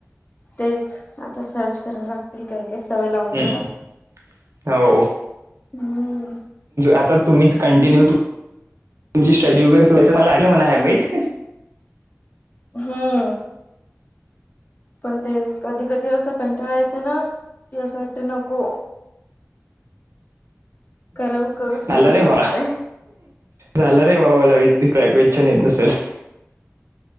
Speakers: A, on the left; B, on the right.
A: तेच आता सर्च कराव लागतील काय काय सवय लावून
B: हम्म.
A: घ्याय लाग
B: हो
A: हम्म
B: आता तुम्ही कंटिन्यू तुमची स्टडी वगैरेयच मला म्हणा ह बेट
A: हम्म पण ते कधी कधी असं कंटाळा येतं ना की असं वाटते नको करावं करूच ना
B: नलरे
A: असं वाटतंय
B: म नलर मवा लवी <inaudible> तिकयकच्छाान येत असेल <inaudible>